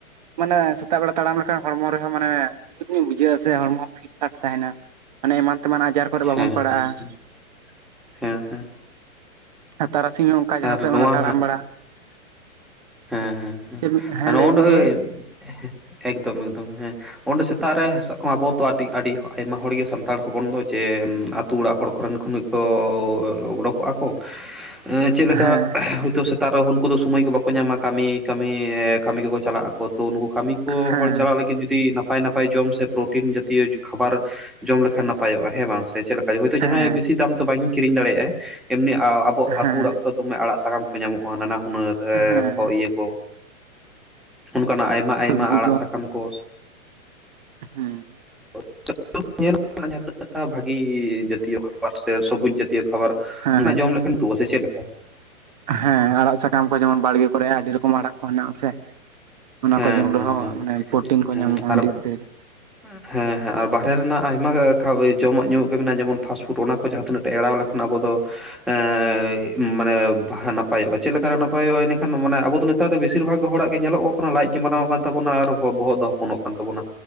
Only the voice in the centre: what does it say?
ᱦᱮᱸ
ᱦᱮᱸ ᱦᱮᱸ ᱦᱮᱸ ᱦᱮᱸ
ᱟᱨ ᱱᱚᱣᱟ
ᱦᱮᱸ ᱦᱮᱸ
ᱦᱮᱸ ᱱᱚᱜ
<unintelligible>
ᱮᱠᱫᱚᱢ ᱮᱠᱫᱚᱢ ᱦᱮᱸ ᱚᱸᱰᱮ ᱥᱮᱛᱟᱜ ᱨᱮ ᱥᱟᱰᱮ ᱠᱟᱜ ᱢᱮ ᱟᱵᱚ ᱛᱚ ᱟᱰᱤ ᱟᱰᱤ ᱟᱭᱢᱟ ᱦᱚᱲᱜᱮ ᱥᱟᱱᱛᱟᱲ ᱦᱚᱯᱚᱱ ᱫᱚ ᱡᱮ ᱟᱛᱩ ᱚᱲᱟᱜ ᱦᱚᱲ ᱠᱚᱨᱮᱱ ᱠᱷᱚᱱ <unintelligible> ᱩᱰᱳᱠᱚᱜᱼᱟ ᱠᱚ ᱮᱸ ᱪᱮᱫ ᱞᱮᱠᱟ
ᱦᱳᱭᱛᱚ ᱥᱮᱛᱟᱜ ᱨᱮ ᱦᱩᱱᱠᱩᱫᱚ ᱥᱚᱢᱚᱭ ᱠᱚ ᱵᱟᱠᱚ ᱧᱟᱢᱟ ᱠᱟᱹᱢᱤ ᱠᱟᱹᱢᱤ ᱠᱟᱹᱢᱤ ᱠᱚᱠᱚ ᱪᱟᱞᱟᱜᱼᱟ ᱛᱚ ᱩᱱᱠᱩ ᱠᱟᱹᱢᱤ ᱠᱚ
ᱦᱚᱲ ᱪᱟᱞᱟᱜ ᱞᱟᱹᱜᱤᱫ <unintelligible> ᱱᱟᱯᱟᱭ ᱱᱟᱯᱟᱭ ᱡᱚᱢ ᱥᱮ ᱯᱨᱚᱴᱤᱱ ᱡᱟᱛᱤᱭᱚ ᱠᱷᱟᱵᱟᱨ ᱡᱚᱢ ᱞᱮᱠᱷᱟᱱ ᱱᱟᱯᱟᱭᱚᱜᱼᱟ ᱦᱮᱸ ᱵᱟᱝ ᱥᱮ ᱪᱮᱫ? ᱞᱮᱠᱟ ᱦᱚᱭᱛᱳ
ᱡᱟᱦᱟᱸᱭ ᱵᱤᱥᱤ ᱫᱟᱢ ᱛᱮ ᱵᱟᱧ ᱠᱤᱨᱤᱧ ᱫᱟᱲᱮᱭᱟᱜᱟᱭ ᱮᱢᱱᱤᱟ ᱟᱵᱚ ᱟᱹᱛᱩ
ᱚᱲᱟᱜ ᱠᱚᱨᱮ ᱫᱚᱢᱮ ᱟᱲᱟᱜ ᱥᱟᱠᱟᱢ ᱠᱚ ᱧᱟᱢᱚᱜᱼᱟ ᱱᱟᱱᱟ ᱦᱩᱱᱟᱹᱨ
<unintelligible> ᱠᱚ, ᱚᱱᱠᱟᱱᱟᱜ ᱟᱭᱢᱟ ᱟᱭᱢᱟ
ᱟᱲᱟᱜ ᱥᱟᱠᱟᱢ ᱠᱚ
<inaudible> ᱡᱟᱦᱟᱸ ᱛᱤᱱᱟᱹᱜ ᱵᱷᱟᱜᱤ ᱡᱟᱹᱛᱤᱭᱚ ᱠᱷᱟᱨ ᱥᱮ ᱥᱚᱵᱩᱡᱽ ᱡᱟᱹᱛᱤᱭᱚ <inaudible> ᱠᱷᱟᱵᱟᱨ
ᱚᱱᱟ ᱡᱚᱢ ᱞᱮᱠᱷᱟᱱ ᱛᱩᱼᱟ ᱥᱮ ᱪᱮᱫ ᱞᱮᱠᱟ?
ᱦᱮᱸ
ᱦᱮᱸ
ᱦᱮᱸ
ᱦᱮᱸ
ᱟᱨ
<unintelligible> ᱦᱮᱸ ᱦᱮᱸ ᱟᱨ ᱵᱟᱨᱦᱨᱮ ᱨᱮᱱᱟᱜ ᱟᱭᱢᱟ ᱠᱷᱟᱣ ᱡᱚᱢᱟᱜ ᱧᱩᱣᱟᱜ ᱜᱮ ᱢᱮᱱᱟᱜᱼᱟ ᱡᱮᱢᱚᱱ ᱯᱷᱟᱥᱴ ᱯᱷᱩᱰ ᱚᱱᱟ ᱠᱚ ᱡᱟᱦᱟᱸ ᱛᱤᱱᱟᱹᱜ ᱴᱟ ᱮᱲᱟᱣ ᱞᱮᱠᱷᱟᱱ ᱟᱵᱚ ᱫᱚ ᱮᱸ ᱢᱟᱱᱮ ᱱᱟᱯᱟᱭᱚᱜᱼᱟ ᱪᱮᱫ ᱞᱮᱠᱟ ᱨᱮ ᱱᱟᱯᱟᱭᱚᱜᱼᱟ ᱤᱱᱟᱹ ᱠᱷᱟᱱ ᱢᱟᱱᱮ ᱟᱵᱚ ᱫᱚ <unintelligible> ᱛᱟᱨ ᱨᱮ ᱵᱮᱥᱤᱨ ᱵᱷᱟᱜᱽ ᱦᱚᱲᱟᱜ ᱜᱮ ᱧᱮᱞᱚᱜᱼᱚᱜ ᱞᱟᱡ ᱜᱮ ᱢᱟᱨᱟᱝᱚᱜ ᱠᱟᱱ ᱛᱟᱵᱩᱱᱟ ᱟᱨ ᱵᱚᱦᱚᱜ ᱫᱚ ᱦᱚᱯᱚᱱᱚᱜ ᱠᱟᱱ ᱛᱟᱵᱚᱩᱱᱟ,